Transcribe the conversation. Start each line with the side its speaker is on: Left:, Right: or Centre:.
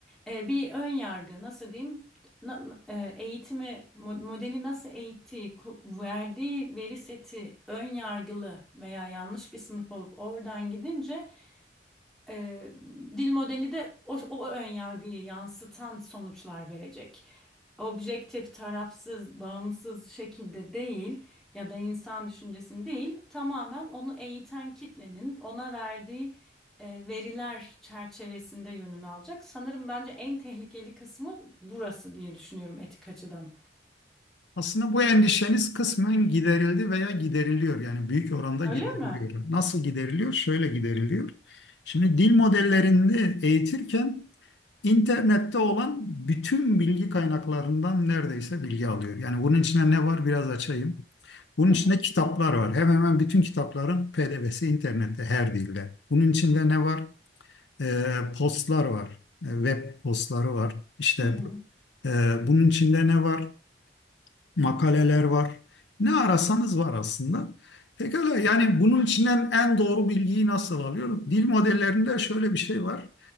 Centre: e, bir ön yargı nasıl diyeyim na- na- e, eğitimi mo- modeli nasıl eğittiği ku- verdiği veri seti ön yargılı veya yanlış bir sınıf olup oradan gidince Eee, dil modeli de o, o ön yargıyı yansıtan sonuçlar verecek. Objektif, tarafsız, bağımsız şekilde değil ya da insan düşüncesini değil, tamamen onu eğiten kitlenin ona verdiği eee, veriler çerçevesinde yönünü alacak. Sanırım bence en tehlikeli kısmı burası diye düşünüyorum etik açıdan.
Left: Aslında bu endişeniz kısmen giderildi veya gideriliyor. Yani büyük oranda
Centre: Öyle
Left: gideriliyor.
Centre: mi?
Left: Nasıl gideriliyor? Şöyle gideriliyor. Şimdi dil modellerini eğitirken İnternette olan bütün bilgi kaynaklarından neredeyse bilgi alıyor. Yani bunun içine ne var biraz açayım. Bunun
Centre: Hı
Left: içinde
Centre: hı.
Left: kitaplar var. Hemen hemen bütün kitapların PDF'si internette her dilde. Bunun içinde ne var? Ee, postlar var. Ee, web postları var. İşte
Centre: Hı hı.
Left: ee, bunun içinde ne var? Makaleler var. Ne arasanız var aslında. Pekala yani bunun içinden en doğru bilgiyi nasıl alıyoruz? Dil modellerinde şöyle bir şey var.